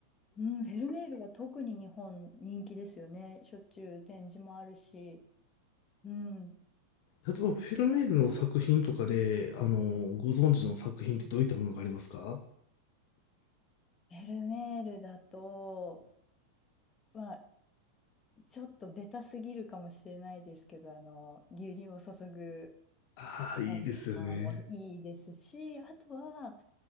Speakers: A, on the left; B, on the left.
A: うん、フェルメールは特に日本人気ですよね。しょっちゅう展示もあるし。うん。
B: 例えばフェルメールの作品とかで、
A: だからね
B: あの、ご存知の作品ってどういったものがありますか
A: フェルメールだと、まあ、ちょっとベタすぎるかもしれないですけど、あの、牛乳を注ぐ
B: ああ、いいですよね。
A: 女もいいですし、あとは、